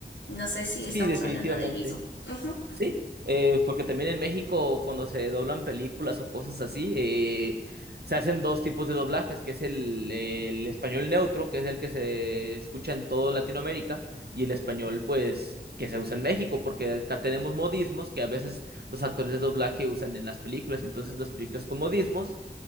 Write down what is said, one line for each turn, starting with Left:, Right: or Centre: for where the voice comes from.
Left: No sé si estamos
Right: Sí, definitivamente.
Left: hablando del mismo. Ujú.
Right: Sí, eh, porque también en México cuando se doblan películas o cosas así, eh, se hacen dos tipos de doblajes, que es el, el español neutro, que es el que se escucha en toda Latinoamérica, y el español, pues, que se usa en México, porque acá tenemos modismos que a veces los actores de doblaje usan en las películas, y entonces las películas con modismos